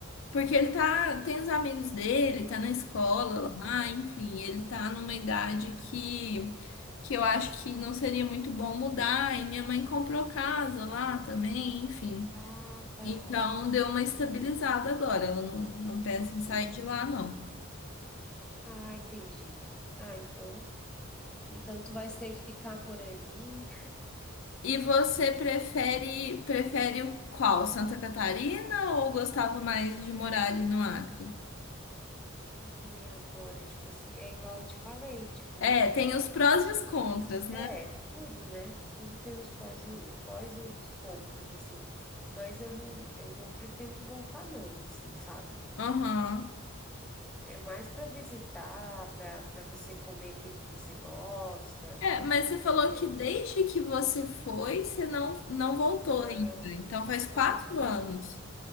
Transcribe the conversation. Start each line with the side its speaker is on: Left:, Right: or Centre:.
Left: Porque ele tá, tem os amigos dele, tá na escola
Centre: Aham.
Left: lá, enfim, ele tá
Centre: Sim.
Left: numa idade que, que eu acho que não seria muito bom mudar, e minha mãe comprou casa lá também, enfim.
Centre: Ah, tá.
Left: Então deu uma estabilizada agora, ela não, não pensa
Centre: Sim.
Left: em sair de lá, não.
Centre: Ah, entendi. Ah, então, então tu vais ter que ficar por aí.
Left: E você prefere, prefere o qual? Santa Catarina ou gostava mais de morar ali no Acre?
Centre: Ai, agora, tipo assim, é igual eu te falei, tipo,
Left: É, tem os prós e os contras, né?
Centre: é, tudo, né? Tudo tem os pós e, o pós e os contras, assim. Mas eu não, eu não pretendo voltar, não, assim, sabe?
Left: Aham.
Centre: É mais para visitar, para para você comer aquilo que você gosta.
Left: É, mas você falou
Centre: É.
Left: que desde que você foi, você não, não voltou
Centre: Não,
Left: ainda. Então faz quatro
Centre: não voltei.
Left: anos.